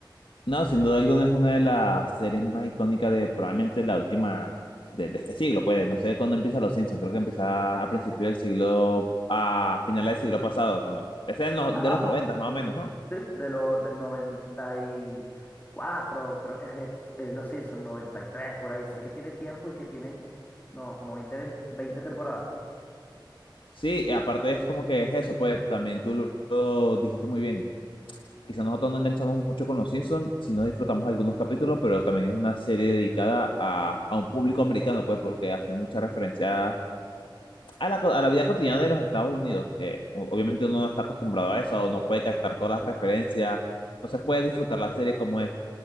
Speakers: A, on the left; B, on the left.
A: No, sin duda alguna es una de las series más icónicas de probablemente la última de, de este siglo, pues no sé cuándo empieza Los Simpsons, creo que empieza a principios del siglo, a finales del siglo pasado, como ese es no- de
B: ajá
A: los 90 más o menos, ¿no?
B: Sí, de lo, del noventa y cuatro, creo que es, el- es Los Simpsons, 93 por ahí. Sé que tiene tiempo y que tienen, no, como 20 20 20 temporadas.
A: Sí, y aparte es como que es eso, pues también tú lo, lo dijiste muy bien. Quizás nosotros no enganchamos mucho con Los Simpsons, si no disfrutamos algunos capítulos, pero también es una serie dedicada a, a un público americano, pues porque hace mucha referencia a la, co- a la vida cotidiana de los Estados Unidos, que o- obviamente uno no está acostumbrado a eso, o no puede captar todas las referencias, no se puede disfrutar la serie como es,